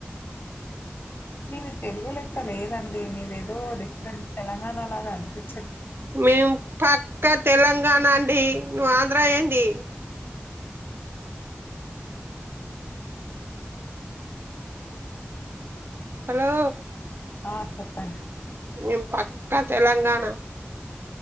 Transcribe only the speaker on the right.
మేము పక్కా తెలంగాణ అండి నువ్ ఆంధ్ర ఏంది హలో
మేం పక్కా తెలంగాణ